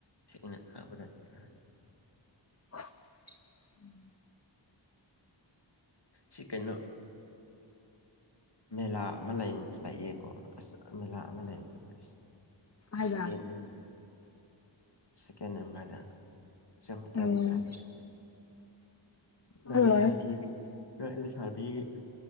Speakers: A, on the left; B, on the left.
A: ꯊꯦꯡꯅ ꯆꯥꯕꯗ ꯍꯦꯅꯅꯤ <unintelligible>
B: ꯎꯝ <unintelligible>
A: ꯁꯤ ꯀꯩꯅꯣ ꯃꯦꯂꯥ ꯑꯃ ꯂꯩ ꯂꯑꯦꯀꯣ ꯑꯁ ꯃꯦꯂꯥ ꯑꯃ ꯂꯩꯕꯗ‌ꯦ ꯑꯁ
B: ꯍꯥꯏꯕ꯭ꯔꯥ
A: ꯂꯩꯁꯥꯕꯤ ꯑꯃꯅ ꯁꯦꯀꯦꯟ ꯑꯦꯝꯃꯔꯗꯥ ꯆꯧ ꯍꫭꯇ‌ꯦꯜꯗꯤ
B: ꯎꯝ
A: ꯐꯝꯕꯅꯤ ꯅꯅꯦ
B: ꯍꯜꯂꯣꯏ
A: <unintelligible> ꯁꯥꯕꯤ ꯂꯩꯁꯅꯥꯄꯤꯤ <unintelligible>